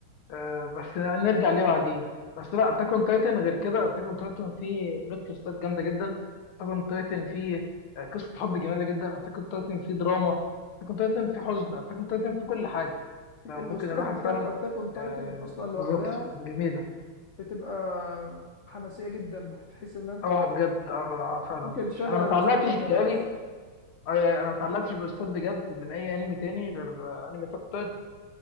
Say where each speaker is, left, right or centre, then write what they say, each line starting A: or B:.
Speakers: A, on the left; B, on the left.
A: آه بس نرجع ليه بعدين بس لا اتاك اون تايتن غير كده اتاك اون تايتن فيه بلوت تويستات جامده جدا اتاك اون تايتن فيه آه، قصه حب جميله جدا اتاك اون تايتن فيه دراما اتاك اون تايتن فيه حزن اتاك اون تايتن فيه كل حاجه
B: الاستاذ
A: ممكن الواحد
B: بتاعت
A: فعلا
B: اتاك اون تايتن
A: آه،
B: اصلا
A: بالظبط
B: لوحدها
A: جميله
B: بتبقى حماسية جدا بتحس ان انت
A: اه بجد اه آه، فعلا
B: ممكن تشغل
A: انا
B: الاوستات
A: ما اتعلقتش
B: لوحدها
A: بتهيألي
B: بس
A: آه، يعني انا ما اتعلقتش باستاذ بجد من اي انمي تاني غير آه، انمي تاك تايتن